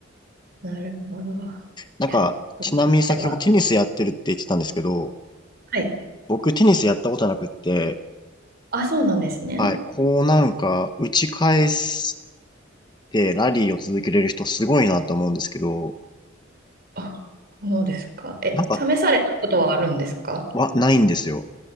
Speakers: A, on the right; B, on the left.
A: なるほど。い
B: なんか、
A: や、
B: ちなみに先ほどテニスやってるって言ってたんですけど、
A: では、はい。
B: 僕テニスやったことなくって、
A: あ、そうなんですね。
B: はい、こうなんか打ち返してラリーを続けれる人すごいなと思うんですけど、
A: あ、そうですか。え、
B: なんか
A: 試されたことはあるんですか
B: はないんですよ。